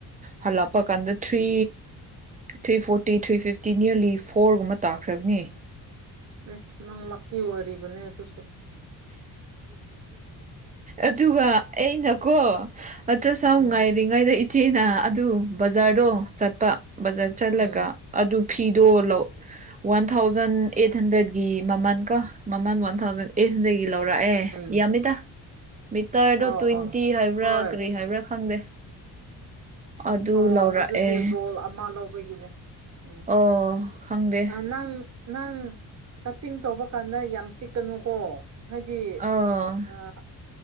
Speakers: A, on the right; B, on the right.
A: ꯍꯜꯂꯛꯄ ꯀꯥꯟꯗ three three forty three fifty nearly ꯐꯣꯔꯒꯨꯝꯕ ꯇꯥꯈ꯭ꯔꯕꯅꯤ
B: ꯁ ꯅꯪ ꯂꯛꯀꯤ ꯑꯣꯏꯔꯤꯕꯅꯦ ꯑꯗꯨꯁꯨ
A: ꯑꯗꯨꯒ ꯑꯩꯅꯀꯣ ꯅꯠꯇ꯭ꯔ ꯁ
B: ꯎꯝ
A: ꯉꯥꯏꯔꯤꯉꯩꯗ ꯏꯆꯦꯅ ꯑꯗꯨ ꯕꯖꯥꯔꯗꯣ ꯆꯠꯄ ꯕꯖꯥꯔ ꯆꯠꯂꯒ
B: ꯎꯝ
A: ꯑꯗꯨ ꯐꯤꯗꯣ ꯂꯧ ꯋꯥꯟ ꯊꯥꯎꯖꯟ ꯑꯩꯠ ꯍꯟꯗ꯭ꯔꯦꯗꯀꯤ ꯃꯃꯜ ꯀ ꯃꯃꯜ ꯋꯥꯟ ꯊꯥꯎꯖꯟ ꯑꯦꯠ ꯍꯗꯒꯤ ꯂꯧꯔꯛꯑꯦ ꯑꯦ
B: ꯎꯝ
A: ꯌꯥꯝꯃꯤꯗ ꯃꯤꯇꯔꯗꯣ
B: ꯑꯣ
A: ꯇ꯭ꯋꯦꯟꯇꯤ
B: ꯑꯣ
A: ꯍꯥꯏꯕ꯭ꯔꯥ
B: ꯍꯣꯏ
A: ꯀꯔꯤ ꯍꯥꯏꯕ꯭ꯔꯥ ꯈꯪꯗꯦ ꯑꯗꯨ
B: ꯑꯣ
A: ꯂꯧꯔꯛꯑꯦ
B: ꯑꯗꯨꯗꯤ ꯔꯣꯜ ꯑꯃ ꯂꯧꯕꯒꯤꯅꯦ ꯎꯝ
A: ꯑꯣ ꯈꯪꯗꯦ
B: ꯅꯪ ꯅꯪ ꯀꯠꯇꯤꯡ ꯇꯧꯕ ꯀꯥꯟꯗ ꯌꯥꯝ ꯄꯤꯛꯀꯅꯨꯀꯣ ꯍꯥꯏꯗꯤ
A: ꯑꯣ
B: ꯑ